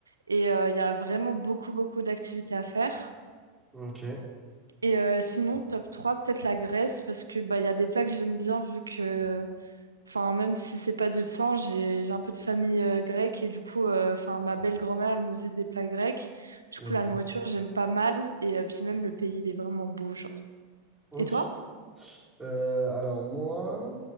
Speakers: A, on the right; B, in the centre.
A: et euh, il y a vraiment beaucoup, beaucoup d'activités à faire.
B: ok,
A: Et euh, sinon, top 3 peut-être la Grèce parce que bah, il y a des plats que j'aime bien vu que, enfin, même si c'est pas de sang, j'ai j'ai un peu de famille euh, grecque et du coup, euh, enfin, ma belle-grand-mère, elle me faisait des plats grecs. Du
B: ok.
A: coup, la nourriture, j'aime pas mal et euh, puis même le pays, il est vraiment beau, genre.
B: ok.
A: Et toi?
B: Euh, alors moi,